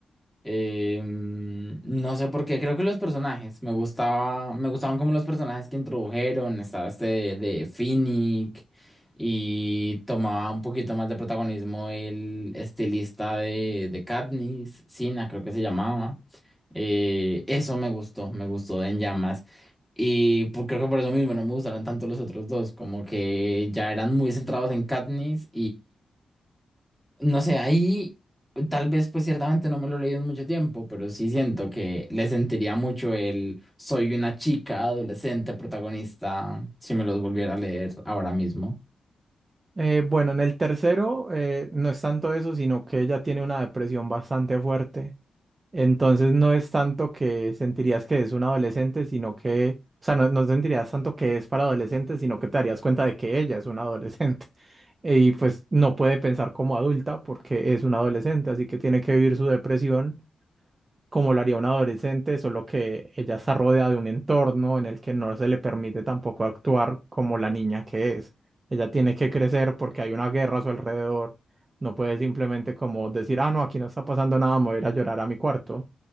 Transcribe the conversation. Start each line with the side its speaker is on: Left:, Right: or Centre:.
Centre: Eh, mm, no sé por qué, creo que los personajes, me gustaba, me gustaban como los personajes que introdujeron, estaba este de, de Finnick y tomaba un poquito más de protagonismo el estilista de, de Katniss, Sina creo que se llamaba. Eh, eso me gustó, me gustó de En Llamas. Y por- creo que por eso mismo no me gustaron tanto los otros dos, como que ya eran muy centrados en Katniss no sé, ahí tal vez pues ciertamente no me lo he leído en mucho tiempo, pero sí siento que le sentiría mucho el soy una chica adolescente protagonista si me los volviera a leer ahora mismo.
Right: Eh, bueno, en el tercero eh, no es tanto eso, sino que ella tiene una depresión bastante fuerte. Entonces no es tanto que sentirías que es un adolescente, sino que, o sea, no, no sentirías tanto que es para adolescentes, sino que te darías cuenta de que ella es una adolescente. <laughs> Y pues no puede pensar como adulta porque es una adolescente, así que tiene que vivir su depresión como lo haría un adolescente, solo que ella está rodeada de un entorno en el que no se le permite tampoco actuar como la niña que es. Ella tiene que crecer porque hay una guerra a su alrededor. No puede simplemente como decir, ah, no, aquí no está pasando nada, me voy a ir a llorar a mi cuarto